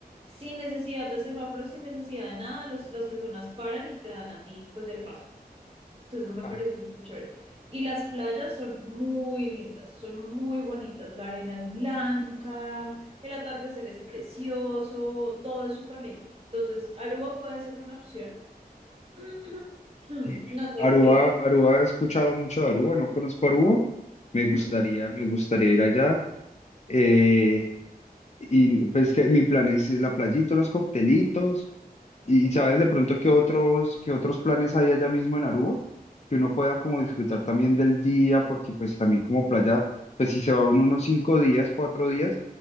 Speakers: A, on the right; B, on the left.
A: sin necesidad de semáforos, sin necesidad de nada, los, las personas paran y te dan a ti pues el paso. Entonces, eso me
B: ah,
A: pareció súper chévere. Y las playas son muy lindas, son muy bonitas. La arena es blanca, el atardecer es precioso, todo es súper lindo. Entonces, Aruba puede ser una opción. <clears throat> No
B: sí.
A: sé
B: Aruba,
A: qué.
B: Aruba, he escuchado mucho de Aruba, no conozco Aruba, me
A: Ujú,
B: gustaría, me gustaría ir allá. eh, y pues que mi plan es la playita, unos coctelitos, ¿Y y sabes de pronto qué otros, qué otros planes hay allá mismo en Aruba? Que uno pueda como disfrutar también del día, porque pues también como playa, pues si se va uno unos cinco días, cuatro días,